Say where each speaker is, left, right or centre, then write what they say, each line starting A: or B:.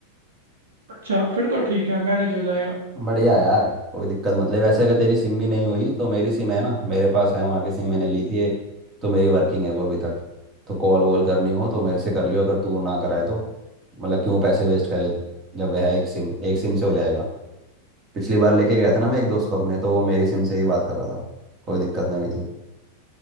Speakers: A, on the right; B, on the right.
A: अच्छा फिर तो ठीक है मैनेज हो जाएगा
B: बढ़िया है यार कोई दिक्कत मत ले वैसे अगर तेरी सिम भी नहीं हुई तो मेरी सिम है ना मेरे पास है वहाँ की सिम मैंने ली थी एक तो मेरी वर्किंग है वो अभी तक तो कॉल वॉल करनी हो तो मेरे से कर लियो अगर तू ना कराए तो मतलब क्यों पैसे वेस्ट करे तू? जब है एक सिम एक सिम से हो जाएगा पिछली बार लेके गया था ना मैं एक दोस्त को अपने तो वो मेरी सिम से ही बात कर रहा था कोई दिक्कत नहीं हुई थी